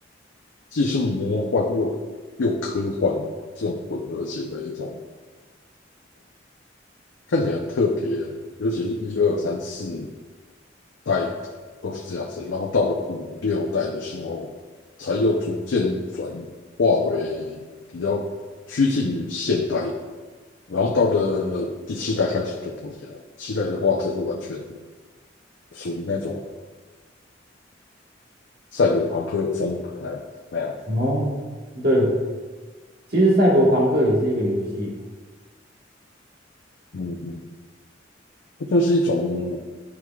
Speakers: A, on the left; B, on the right.
A: 既是魔幻又又科幻这种混合型的一种看起来很特别，尤其是一二三四代都是这样子，然后到了五六代的时候，才又逐渐转化为比较趋近于现代，然后到了第七代开始就不一样了，七代的话就是完全属于那种赛博朋克风格那那样子
B: 哦，对，其实赛博朋克也是一个游戏
A: 嗯嗯，它算是一种